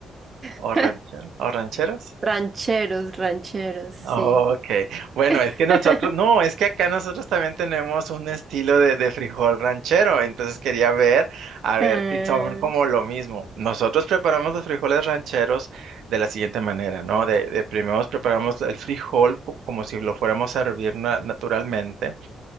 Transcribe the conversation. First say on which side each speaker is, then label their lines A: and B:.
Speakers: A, on the right; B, on the right.
A: <laughs>
B: o rancheros, o rancheros.
A: Rancheros, rancheros, sí.
B: Ok, bueno,
A: <laughs>
B: es que nosotros, no, es que acá nosotros también tenemos un estilo de, de frijol ranchero, entonces quería ver, a ver
A: Ah,
B: si son como lo mismo. Nosotros preparamos los frijoles rancheros de la siguiente manera, ¿no? De, de primero preparamos el frijol co- como si lo fuéramos a hervir na- naturalmente.